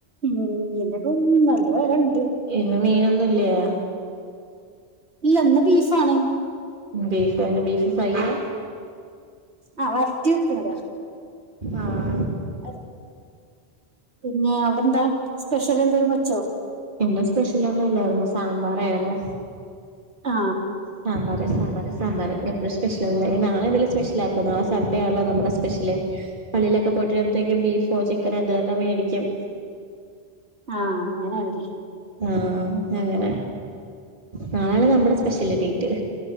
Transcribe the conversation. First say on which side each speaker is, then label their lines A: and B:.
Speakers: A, on the right; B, on the right.
A: ഉം മീനൊക്കെ നല്ല വെലയൊണ്ട്
B: ഇന്നു മീനൊന്നുല്ല്യാ
A: ഇല്ല ഇന്ന് ബീഫ് ആണ്
B: ബീഫ്തന്നെ ബീഫ് ഫ്രൈ ആ?
A: ആ വരട്ടി വെക്കിണതാ
B: ആഹ്
A: ആ പിന്നെ അവിടെന്താ സ്പെഷ്യൽ എന്തെലും വച്ചോ?
B: ഇന്ന് സ്പെഷ്യലൊന്നുംല്ലായിരുന്നു സാമ്പാറായിരുന്നു
A: ആ
B: സാമ്പാറ് സാമ്പാറ് സാമ്പാറ് എപ്പഴും സ്പെഷ്യലൊന്നുലാ എനി നാളെന്തേലും സ്പെഷ്യൽ ആക്കും നാളെ സൺേഡേ ആണല്ലോ നമ്മുടെ സ്പെഷ്യല് പള്ളിലൊക്കെ പോയിട്ടരുമ്പഴത്തേക്കും ബീഫോ ചിക്കനോന്തെലൊക്കെ മേടിക്കും
A: ആഹ് അങ്ങനാണല്ലേ
B: ആഹ് അങ്ങനെ നാളെ നമ്മുടെ സ്പെഷ്യൽ ഡേയ്റ്റ്